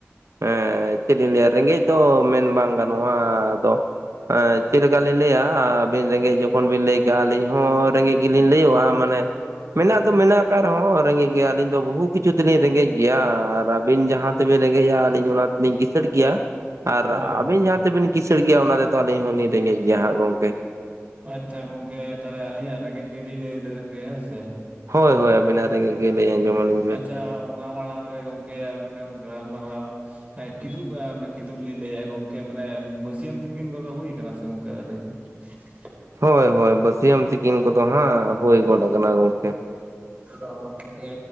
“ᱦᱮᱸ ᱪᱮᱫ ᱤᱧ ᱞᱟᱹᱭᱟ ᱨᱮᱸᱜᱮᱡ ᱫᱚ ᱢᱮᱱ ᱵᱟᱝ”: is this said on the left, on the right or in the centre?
Right